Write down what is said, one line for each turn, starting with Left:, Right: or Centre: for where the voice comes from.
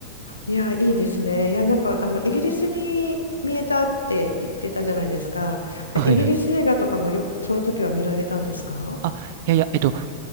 Left: ー、いやー、いいですね。いや、なんかあのイギリスに見えたって言ってたじゃないですか。
Right: あはいはい。
Left: イギリス映画とかもよくその時は見られたんですか
Right: あ、いやいや、えっと、